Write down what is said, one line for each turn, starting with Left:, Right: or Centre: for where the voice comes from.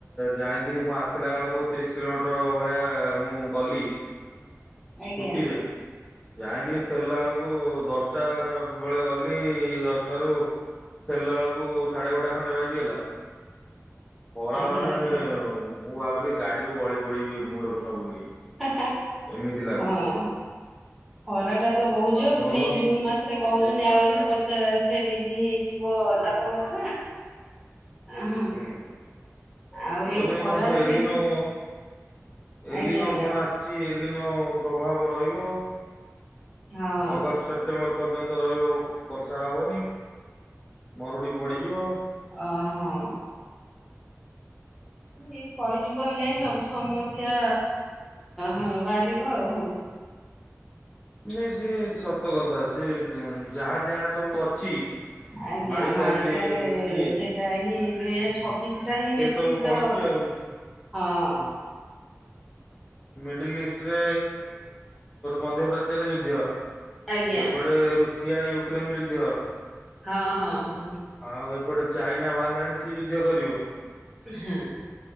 Left: ଯାଇକିରି ମୁଁ ଆସି ସିଲବେଳକୁ ତିରିଶି କିଲୋମିଟର ଭଳିଆ ମୁଁ ଗଲି
Centre: ଆଜ୍ଞା
Left: ସ୍କୁଟିରେ ଯାଇକିରି ଫେରିଲା ବେଳକୁ ଦଶଟା ସବୁବେଳେ ଗଲି ଦଶଟାରୁ ଫେରିଲା ବେଳକୁ ସାଢେ ଗୋଟା ଖଣ୍ଡେ ବାଜିଗଲା। ଖରା
Centre: ଆଜ୍ଞା
Left: ମାନେ
Centre: ଆଜ୍ଞା
Left: ମୁଁ ଭାବିଲି ଗାଡିରୁ ଗଳି ପଡିବି ମୁଣ୍ଡ ଫୁଣ୍ଡ ବୁଲେଇ
Centre: ହଁ
Left: ଏମିତି ଲାଗୁଥାଏ
Centre: ହଁ ଖରା ଟା ତ ବହୁଛ
Left: ହଁ
Centre: ପୁଣି
Left: ବା
Centre: ଏ
Left: ମୁଁ
Centre: ଜୁନ୍ ମାସରେ କହୁଛ ଆହୁରି ପଚାଶ ଡିଗ୍ରୀ ହେଇଯିବ ତାପମାତ୍ରା ହଁ
Left: ହୁଁ
Centre: ଆଉ ଏ
Left: ଭଜନିକଣ
Centre: ଖରାରୁ
Left: ସେ ଏଲିନୋ
Centre: କେମି
Left: ଏଲିନୋ
Centre: ଆଜ୍ଞା ଆଜ୍ଞା
Left: କଣ ଆସିଛି? ଲିିନ ପ୍ରଭାବ ରହିବ।
Centre: ହଁ।
Left: ଅଗଷ୍ଟ ସେପ୍ଟେମ୍ବର ପର୍ଯ୍ୟନ୍ତ ରହିବ ବର୍ଷା ହେବନି। ମରୁଡି ପଡିଯିବ।
Centre: ଓହୋ ଏଇ କଳି ଯୁଗ ହେଲା ହିଁ ସବୁ ସମସ୍ୟା ବାହାରିବ ଆଉ।
Left: ନାଇଁ ସେ ସତ କଥା ସେ ଯାହା ଯାହା ସବୁ ଅଛି
Centre: ଆଜ୍ଞା
Left: ମାଳିକାଆଲି
Centre: ମାଳିକରେ
Left: ଇଏ
Centre: ସେଇଟା ହିଁ ଦୁଇ ହଜାର ଛବିଶ ଟା ହିଁ
Left: ସେ
Centre: ବେଶୀ
Left: ସବୁ ଫଳୁଛି
Centre: ତ
Left: ଆଉ।
Centre: ହଁ ହଁ
Left: ମିଡିଲ ଇଷ୍ଟରେ ମଧ୍ୟପାଚ୍ୟରେ ଯୁଦ୍ଧ
Centre: ଆଜ୍ଞା
Left: ଏପଟ ରଶିଆ, ୟୁକ୍ରେନ ଯୁଦ୍ଧ।
Centre: ହଁ ହଁ ହଁ
Left: ଆଉ ଏପଟେ ଚାଇନା ବାହାରିଲାଣି ସିଏ ଯୁଦ୍ଧ କରିବ।
Centre: ହଁ